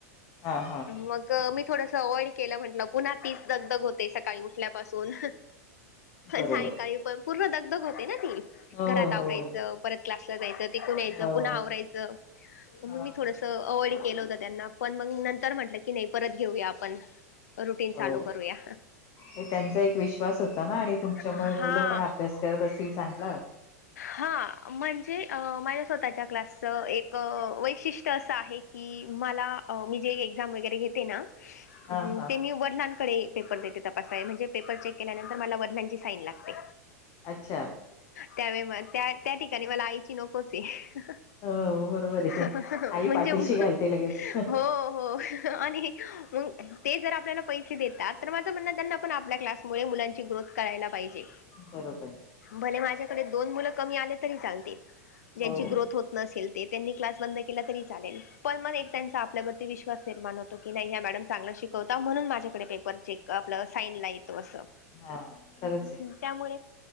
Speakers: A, on the left; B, on the left.
A: हा हा
B: मग मी थोडसं अवॉइड केलं, म्हटलं पुन्हा तीच दग दग होत ते सकाळी उठल्यापासून,
A: बरोबर
B: सायंकाळी प पूर्ण दगदग होते ना ती.
A: हो
B: घरात आवरायचं
A: हो
B: परत क्लासला जायचं तिकून यायचं
A: हो
B: पुन्हा आवरायचं. म
A: हा
B: मग मी
A: हा
B: थोडसं अवॉइड केलं होत त्यांना, पण मग नंतर म्हंटलं की नाही परत घेऊया आपण. रुटीन
A: हो,
B: चालू करूया
A: ते त्यांचा एक विश्वास होता ना आणि तुमच्यामुळे
B: हा
A: मुलं पण अभ्यास करत असतील चांगला.
B: हा, म्हणजे अ माझ्या स्वतःच्या क्लासचं एक वैशिष्ट्य असं आहे कि मला, मी जे एक्झाम वगैरे घेते ना,
A: हा हा
B: ते मी वडिलांकडे पेपर देते तपासाय, म्हणजे पेपर चेक केल्यानंतर मला वडलांची साईन लागते.
A: अच्छा
B: त्यावेळी मला त्या त्या ठिकाणी मला आईची नकोचे ए
A: हो बरोबर आहे
B: <inaudible> म्हणजे
A: आई पाठीशी
B: मं
A: घालते लगेच
B: <inaudible> हो हो आणि मंग ते जर आपल्याला पैसे देतात तर माझं म्हणणं त्यांना पण आपल्या क्लासमुळे मुलांची ग्रोथ करायला पाहिजे
A: बरोबर
B: भले माझ्यमदोन मुलं कमी आले तरी चालतील ज्यांची
A: हो
B: ग्रोथ होत नसेल ते त्यांनी क्लास बंद केला तरी चालेल पण मग एक त्यांचा आपल्यावरती विश्वास निर्माण होतो की नाही ह्या मॅडम चांगला शिकवता म्हणून माझ्याकडे पेपर चेक आपलं साईन येतो असं
A: हा खरंच आहे
B: त्यामुळे